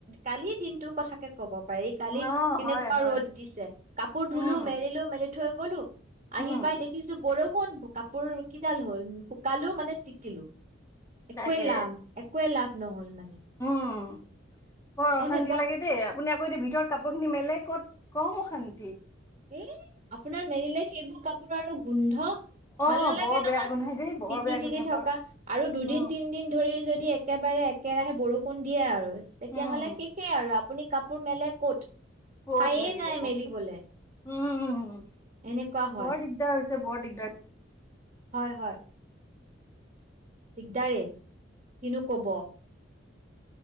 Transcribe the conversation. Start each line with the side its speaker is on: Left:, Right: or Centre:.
Right: কালিৰ দিনটোৰ কথাকে ক'ব পাৰি কালি
Left: অ
Right: কেনেকুৱা
Left: হয় হয়
Right: ৰ'দ দিছে কাপোৰ
Left: উম
Right: ধুলো মেলিলো মেলি থৈ কলো
Left: উম
Right: আহি পাই দেখিছো বৰষু কোন কাপোৰ কিডাল হ'ল শুকালো মানে তিতিলো একোৱে
Left: তাকে
Right: লাম একোই লাভ হ'ল মানে
Left: অম বৰ অশান্তি
Right: এনেকুৱা
Left: লাগে দেই আপুনি আকৌ এতিয়া ভিতৰত কাপোৰ খিনি মেলে ক'ত কম শন্ত
Right: এ আপোনাৰ মেৰিলোই সেইবোৰ কাপোৰ গু ধ
Left: অ
Right: ভাল নালাগে
Left: বৰ
Right: নহয়
Left: বেয়া গোন্ধাই দেই বৰ
Right: তিতি
Left: বেয়া
Right: তিতি
Left: গোন্ধাই
Right: থকা
Left: বৰ
Right: আৰু দুদিন
Left: উম
Right: তিনদিন ধৰি যদি একেবাৰে একেৰাহে বৰষুণ দিয়ে আৰু তেতিয়াহলে
Left: উম
Right: শিকে আৰু আপুনি ক ৰ মেলে ক'ত
Left: ক'ত
Right: খায়ে
Left: মেলিব
Right: নাই
Left: কওকচোন
Right: মেলিবলে
Left: উম হু হু
Right: এনেকুৱা হয়
Left: বৰ দিগদাৰ হৈছে ব ডিগদাৰ
Right: হয় হয় দিগদাৰে কিনো কব